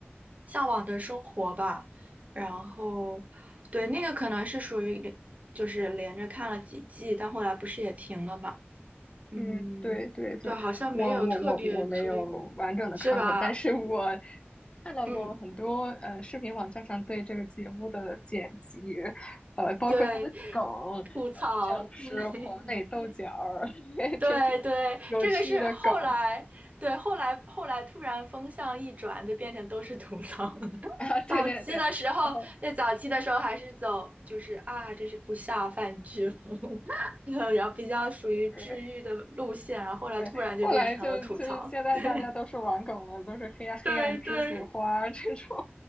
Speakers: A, on the right (about 35°); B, on the left (about 25°).
A: 《向往的生活》吧，然后对那个可能是属于连就是连着看了几季，但后来不是也停了嘛。嗯，
B: 嗯，对对对，
A: 对，好像没有特别追，
B: 我我我我没有完整的看过，
A: 是吧？
B: 但是我看到过很多呃视频网站上对这个节目的剪辑，
A: 嗯，
B: 呃，包括它的梗，
A: 对，
B: 呃，
A: 吐槽，
B: 像是黄磊豆角儿
A: 对。<laughs>
B: <laughs>
A: 对对，
B: 这种有趣的梗
A: 这个是后来，对，后来后来突然风向一转，就变成都是吐槽。
B: 啊，对对对，
A: 早期的时候，
B: 然后
A: 对早期的时候还是走就是啊，这是不下饭剧，<laughs> 然后比较属于治愈的路线，
B: 对
A: 然后后来突然就变成了吐槽。
B: 对，后来就就是现在大家都是玩梗了，
A: 对
B: 都是黑暗黑暗栀子花这种，
A: <laughs> 对对，